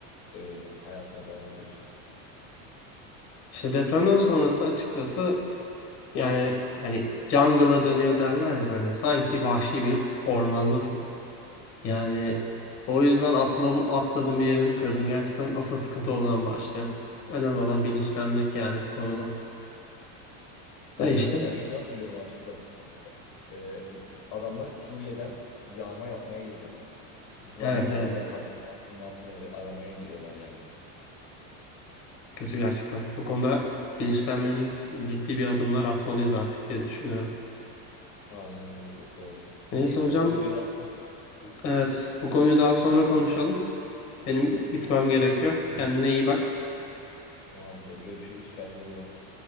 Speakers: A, on the left (about 60°); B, on the left (about 40°).
A: e, hayatına devam ediyorsun.
B: İşte depremden sonrası açıkçası Yani hani jungle'a dönüyor derler ya böyle. Sanki vahşi bir ormandasın. Yani o yüzden atla, atladın bir yerini kırdın. Gerçekten asıl sıkıntı o zaman başlıyor. Önemli olan bilinçlenmek yani bu konuda. Da işte
A: Yani ben şunu hatırlıyorum altı Şubat Ee, adamlar Suriye'den yağma yapmaya geliyorlar. Yıkılan
B: evet
A: binalarda
B: evet.
A: para, altın altınları aramaya geliyorlar yani.
B: Kötü gerçekten. Bu konuda bilinçlenmeliyiz. Ciddi bir adımlar atmalıyız artık diye düşünüyorum.
A: Aynen öyle çok doğru.
B: Neyse
A: Neyse
B: hocam.
A: bu konuyu daha sonra
B: Evet bu konuyu daha sonra konuşalım. Benim gitmem gerekiyor. Kendine iyi bak.
A: tamamdır. Görüşürüz kendine iyi bak.